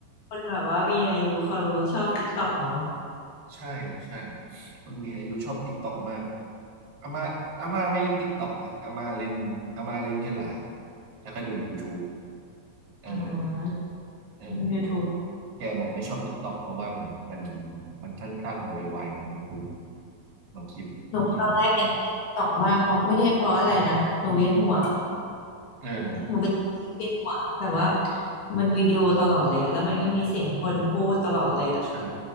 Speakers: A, on the left; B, on the right.
A: คนแบบว่ามีอายุเขารู้ชอบติ๊กต็อกเนาะ
B: ใช่ใช่คนมีอายุชอบติ๊กต็อกมากอาม่าอาม่าไม่เล่นติ๊กต็อกนะอาม่าเล่นอาม่าเล่นแค่ไลน์แล้วก็ดู YouTube เออ
A: อ่า
B: เออ
A: YouTube
B: แกบอกไม่ชอบติ๊กต็อกเพราะว่ามันมันมันสั้นๆไวๆนะคุณลองคลิปอืม
A: หนูตอนแรกแอนตี้ตอกมากเพราะไม่ได้เพราะอะไรนะหนูเวียนหัว
B: เออ
A: หนูเป็นเวียนหัวแบบว่ามันวิดีโอตลอดเลยอะแล้วมันก็มีเสียงคนพูดตลอดเลยอะ
B: ใช่